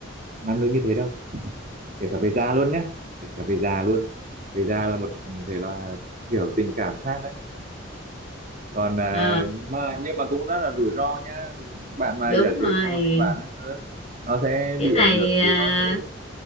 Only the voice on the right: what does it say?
nam nữ như thế đâu kể cả về già luôn nhá. kể cả về già luôn về già là một thể loại kiểu tình cảm khác đấy còn à,
mà nhưng mà cũng rất là rủi ro nhá bạn mà
giả sử
có một tình bạn ấy, ờ, nó sẽ
bị
ảnh hưởng
rủi ro nhiều thứ